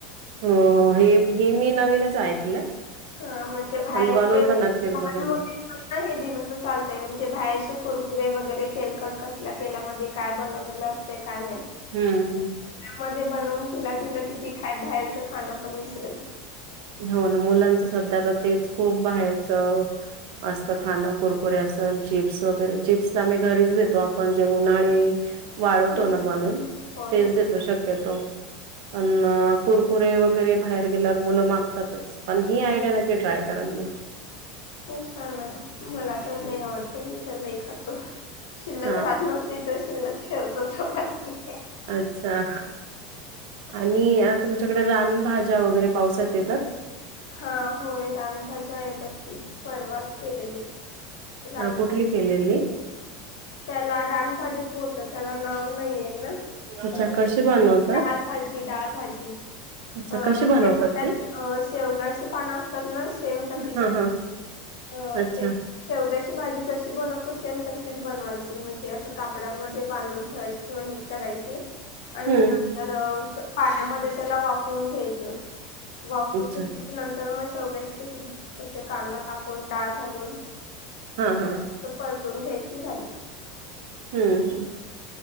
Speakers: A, on the right (about 65°); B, on the left (about 75°).
A: हो हो, हे हे, मी नवीनच ऐकलं.
B: हा म्हणजे <unintelligible>
A: पण बनवून तर नक्कीच
B: <unintelligible>
A: बघेल
B: हे दिलं तर चालतय म्हणजे बाहेरचे कुरकुरे वगैरे तेलकट कस ला तेलामध्ये काय बनवलेलं असते काय माहित.
A: हूं!
B: मध्ये बनवून तिला दिलं कि, तीखाय बाहेरचं खाणं पण विसरेन.
A: हो ना मुलांच सध्या तर तेच खूप बाहेरचं असतं खाणं कुरकुरे असल चिप्स वगैरे, चिप्स तर आम्ही घरीच देतो आपण जे उन्हाळी वाळवतो
B: हम्म
A: ना बनून
B: होय
A: तेच
B: होय
A: देतो शक क्यतो पण कुरकुरे वगैरे बाहेर गेल्यावर मुलं मागतातच, पण ही आयडिया नक्की ट्राय करल मी.
B: हे छान आहे मला त लई आवडते मी त लई खातो शिल्लक
A: हा
B: राहत त द शिल्लक ठेवतो चपाती.
A: अच्छा आणि अ तुमच्याकडे रानभाज्या वगैरे पावसात येतात.
B: हा होय रानभाज्या, येतात की परवाच केलेली. रान
A: अ, कुठली
B: भाजी
A: केलेली
B: ती. त्याला रान भाजीच, बोलतात त्याला नाव नाही आहे ना.
A: अच्छा
B: डाळभजी
A: कशी बनवतात
B: हा डाळभजी, डाळभाजी.
A: अच्छा
B: अ
A: कशी बनवतात
B: शेव
A: ती?
B: अ शेवगाची पानं असतात ना शेम तशीच
A: हां,
B: असतात.
A: हां.
B: अ
A: अच्छा.
B: ते शेवग्याची, भाजी जशी बनवतो सेम तशी बनवायची म्हणजे, अस कापडामध्ये बांधून ठेवायची किंवा नितरायची आणि
A: हं.
B: तर असं पाण्यामध्ये त्याला वाफवून घ्यायचं. वाफवून
A: अच्छा.
B: घेतली की नंतर, म शेवग्याची कशी तशी कांदा टाकून, डाळ घालून.
A: हां हां!
B: त्यात परतून घ्यायची झाली.
A: हूं हूं!